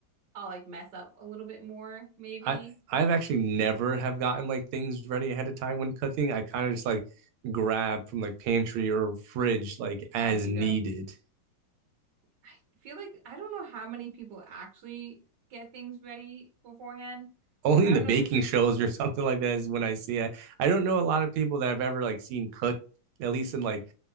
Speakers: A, on the right; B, on the right.
A: I'll like mess up a little bit more maybe
B: I I've actually never have gotten like things ready ahead of time when cooking. I kind of just like grab from like pantry or fridge like as
A: as you
B: needed.
A: go. I feel like I don't know how many people actually get things ready beforehand.
B: only
A: I
B: in
A: don't
B: the baking
A: know if it's just
B: shows or <laughs> something like that is when I see it. I don't know a lot of people that I've ever like seen cook, at least in like